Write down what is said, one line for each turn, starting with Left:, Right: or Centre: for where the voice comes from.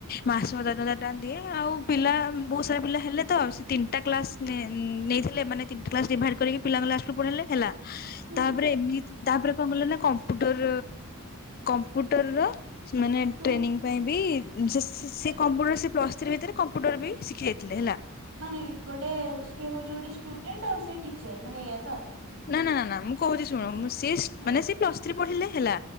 Left: ମାସକୁ ହଜାରେ ଟଙ୍କା ଦିଏ ଆଉ ପିଲା ବହୁତ ସାରା ପିଲା ହେଲେ ତ ସେ ତିନିଟା କ୍ଲାସ ନେ ନେଇଥିଲେ ମାନେ ତିନିଟା କ୍ଲାସ ଡିଭାଇଡ୍ କରିକି ପିଲାଙ୍କୁ ଲାଷ୍ଟ ରେ ପଢ଼େଇଲେ ହେଲା
Right: ହୁଁ
Left: ତାପରେ ଏମି ତାପରେ କଣ କଲେନା କମ୍ପ୍ୟୁଟର କମ୍ପ୍ୟୁଟରର ସେ ମାନେ
Right: ହୁଁ
Left: ଟ୍ରେନିଂ ଥି ପାଇଁ ବି ସେ ସେ ସିଏ କମ୍ପୁଟର ସେ ପ୍ଲସ୍ ଥ୍ରୀ ଭିତରେ କମ୍ପୁଟର ବି ଶିଖି ଯାଇଥିଲେ ହେଲା
Right: ମାନେ ଗୋଟେ ସେଏ ହଉଚି ଗୋଟେ ଷ୍ଟୁଡେଣ୍ଟ ଆଉ ସେ ଟିଚର ମାନେ ଇଆ ତ?
Left: ନା ନା ନା ନା ମୁଁ କହୁଛି ଶୁଣ ସିଏ
Right: ହଁ
Left: ମାନେ ସିଏ ପ୍ଲସ ଥ୍ରି ପଢିଲେ ହେଲା